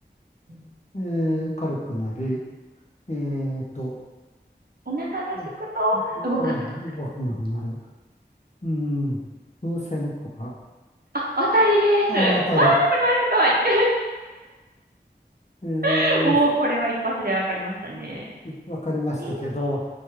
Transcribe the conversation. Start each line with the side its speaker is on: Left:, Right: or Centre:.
Right: うん
Left: えー軽くなり、えーと、
Right: お腹がすくと動かなくなるもの。
Left: うんお腹が動かなくなる。うん、風船とか、
Right: あ、当たりです。
Left: あーあたり、
Right: わー、すごいすごい。
Left: えー
Right: <laughs> おー、これは一発でわかりましたね。
Left: わかりましたけど、
Right: えー、